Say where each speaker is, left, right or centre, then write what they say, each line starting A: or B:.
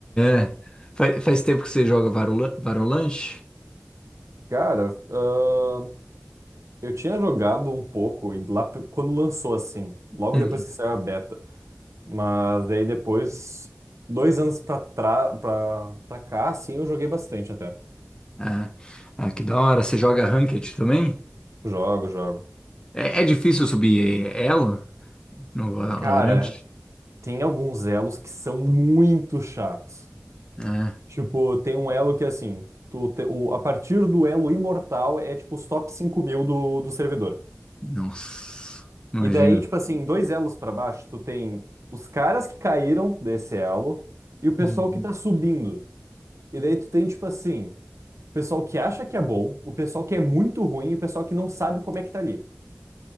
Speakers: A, on the left (about 15°); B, on the right (about 80°).
A: É, faz, faz tempo que você joga Varula- Varolante?
B: Cara, ahn, eu tinha jogado um pouco e lá pe- quando lançou, assim, logo
A: Hum.
B: depois que saiu a beta. Mas daí depois, dois anos pra, trá- pra, pra cá, assim, eu joguei bastante até.
A: Ah, ah, que da hora. Você joga Ranked também?
B: Jogo, jogo.
A: É, é difícil subir é, é elo no Valorant?
B: Cara, Tem alguns elos que são muito chatos.
A: É.
B: Tipo, tem um elo que é assim, tu te- o, a partir do elo imortal é tipo os top cinco mil do, do servidor.
A: Nossa, imagina.
B: E daí, tipo assim, dois elos pra baixo, tu tem os caras que caíram desse elo e o pessoal
A: Hum,
B: que tá subindo. E daí tu tem, tipo assim, o pessoal que acha que é bom, o pessoal que é muito ruim e o pessoal que não sabe como é que tá ali.